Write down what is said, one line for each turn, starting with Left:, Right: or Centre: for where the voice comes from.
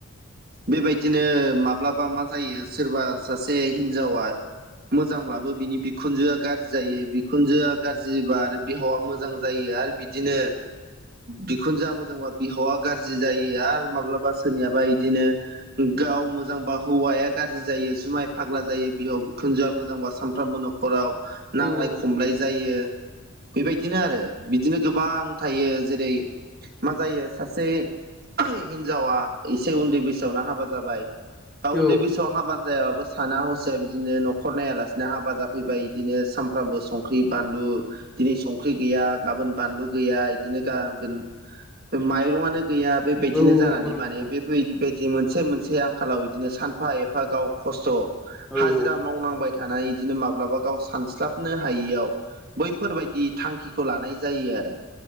Right: बेबायदिनो माब्लाबा मा जायो सोरबा सासे हिनजावा मोजांब्लाबो बिनि बिखुनजोआ गाज्रि जायो बिखुनजोआ गाज्रि आरो बिहावा मोजां मोजां जायो आरो बिदिनो बिखुनजोआ मोजांबा बिहावा गाज्रि जायो आरो माब्लाबा सोरनियाबा इदिनो गाव मोजांबा हौवाया गाज्रि जायो जुमाय फाग्ला जायो बिहाव बिखुनजोआ मोजांबा सान सानफ्रोमबो न'खराव
Centre: औ
Right: नांलाय
Centre: नंगौ
Right: खमलाय
Centre: नंगौ नोंथां
Right: जायो बेबायदिनो आरो बिदिनो गोबां थायो जेरै मा जायो सासे हिनजावा एसे उन्दै बैसोआवनो हाबा जाबाय दा
Centre: नंगौ
Right: उन्दै बैसोआव हाबा जायाबाबो साना हसिया बिदिनो न'खर नायालासिनो ना हाबाजाब फैबाय बिदिनो सानफ्रामबो संख्रि बानलु दिनै संख्रि गैया गाबोन बानलु गैया बिदिनो गाबोन माइरंआनो गैया बेबायदिनो
Centre: औ
Right: जानानै
Centre: नंगौ नोंथां
Right: माने बे बायदि मोनसे मोनसे आंखालाव इदिनो सानफा एफा गाव खस्थ'
Centre: औ
Right: हाजिरा
Centre: औ
Right: मावनांबाय थानानै इदिनो माब्लाबा गाव सानस्लाबनो हायियाव बैफोरबायदि थांखिखौ लानाय जायो आरो